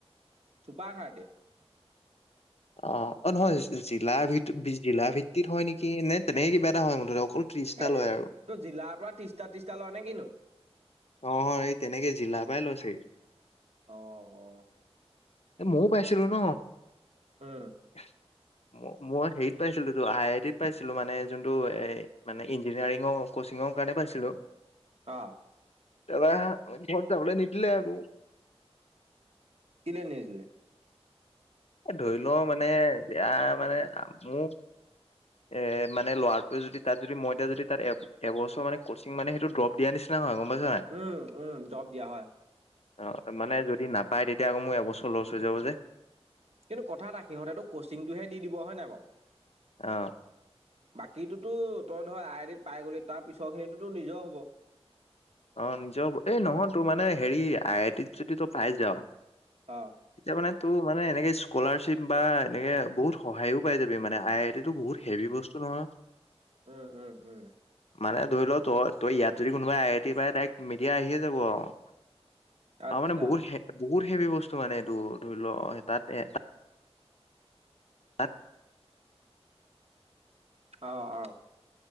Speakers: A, on the right; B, on the left.
A: Super thirty.
B: অ, অ নহয় জিলা ভিত জিলা ভিত্তিত হয় নেকি? নে তেনেকে কিবা এটা হয় মুঠতে অকল। ত্ৰিশটা
A: এই
B: লয় আৰু-
A: ত' জিলাৰপৰা ত্ৰিশটা ত্ৰিশটা লয় নে কিনো?
B: অ হয় এই তেনেকে জিলাৰ পায় লৈছে চাগে।
A: অ, অ।
B: এ ময়ো পাইছিলো ন
A: উম।
B: এহ ম মই হেৰিত পাইছিলোটো, আই আই টিত পাইছিলো। মানে যোনটো এ মানে ইঞ্জিনিয়াৰিঙ- কচিঙৰ কাৰণে পাইছিলোঁ।
A: অ
B: তাবাহ <unintelligible> যাবলে নিদিলে আকৌ।
A: কেলেই নিদিলে?
B: এ ধৰি লও মানে এয়া মানে মোক এ মানে ল'ৰাটোৱে যদি তাত যদি মই এতিয়া যদি তাত এপ- এবছৰ মানে কচিং মানে সেটো জব দিয়া নিচিনা হয় গম পাইছ নাই
A: উম উম জব দিয়া হয়।
B: অ মানে যদি নাপায় তেতিয়া আকৌ মো এবছৰ লছ হৈ যাব যে
A: কিন্তু কথা এটা সিহঁতেতো কচিংটোহে দি দিব হয় নাই বাৰু।
B: অ
A: বাকীতোতো তই ধৰ আই আই ডিত পাই গলি তাৰ পিছৰ খিনিতোতো নিজৰ হ'ব।
B: অ নিজৰ হ'ব এই নহয় তোৰ মানে হেৰি আইটিত যদি তই পাই যাওঁ
A: অ
B: এতিয়া মানে তো মানে এনেকে স্কলাৰশ্বিপ বা এনেকে বহুত সহায়য়ো পাই যাবি মানে আই আই টি তো বহুত হেভি বস্তু নহয়
A: উম উম উম
B: মানে ধৰি লও তই তই ইয়াত যদি কোনোবাই আই আই টি পাই ডাইৰেক্ট মিডিয়া আহিয়ে যাব আৰু।
A: আচ্ছা
B: আৰু মানে বহুত হে বহুত হেভি বস্তু মানে এইটো ধৰি লও সে তাত এ তাত তাত
A: অ অ